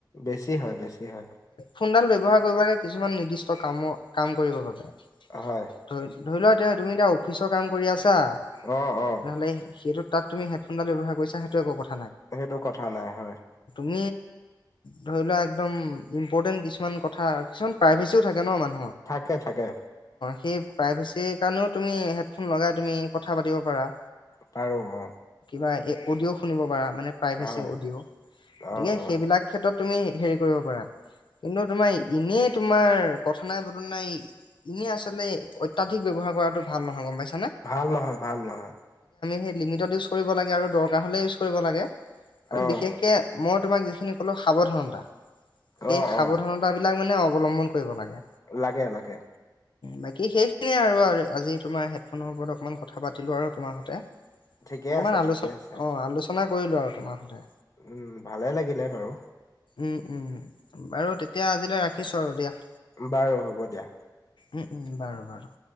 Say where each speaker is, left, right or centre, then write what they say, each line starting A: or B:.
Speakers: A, on the left (about 45°); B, on the left (about 85°).
A: বেছি হয় বেছি হয়।
B: ফোনডাল ব্যৱহাৰ কৰিব লাগে কিছুমান নিৰ্দিষ্ট কামৰ কাম কৰিব বাবে।
A: হয়।
B: ধৰি ধৰি লোৱা এ তুমি এতিয়া অফিচৰ কাম কৰি আছা,
A: অ' অ'
B: তেনেহ'লে সেইটোত তুমি হেফোনডাল ব্যৱহাৰ কৰিছে সেইটো এক কথ
A: সেইটো কথা নাই হয়।
B: উম, ধৰি লোৱা একদম ইম্পৰ্টেণ্ট কিছুমান কথা কিছুমান প্ৰাইভেচিও থাকে ন মানুহ
A: থাকে থাকে।
B: সেই প্ৰাইভেচিৰ কাৰণেও তুমি হেডফোন লগাই তুমি কথা পাতিব পাৰা।
A: পাৰো অ।
B: পাই অডিঅ' শুনিব পাৰা মানে প্ৰাইভেচি
A: হয়
B: অডিঅ'। গতিকে
A: অ' অ'
B: সেইবিলাক ক্ষেত্ৰত তুমি হেৰি কৰিব পাৰা, কিন্তু তোমাৰ এনেই তোমাৰ কথানাই পটানাই ইনে আচলতে অত্যাধিক ব্যৱহাৰ কৰাটো ভাল নহয় গম পাইছো
A: ভাল নহয় ভাল নহয়।
B: সেই লিমিটত ইউচ কৰিব লাগে আৰু দৰকাৰ হ'লে ইউচ কৰিব লাগে, আৰু
A: অ'
B: বিশেষকে ম ই তোমাক যিখিনি ক'লো সাৱধানতা, সেই
A: অ'
B: সাৱধানতা
A: অ'
B: বিলাক মানে অৱলম্বন কৰিব লাগে।
A: লাগে লাগে।
B: বাকী সেইখিনিয়ে আৰু আজি তোমাৰ হেডফোনৰ ওপৰত অকমান কথা পাতিলো আৰু তোমাৰ হতে।
A: ঠিকে
B: অকমান
A: আছে
B: আলোচ
A: ঠিকে
B: অ
A: আছে
B: আলোচনা কৰিলো আৰু তোমাৰ সতে।
A: উম ভালে লাগিলে বাৰু।
B: উম উম বাৰু তেতিয়া আজিলৈ ৰাখিছো আৰু দিয়া।
A: বাৰু হ'ব দিয়া।
B: উম উম বাৰু বাৰু।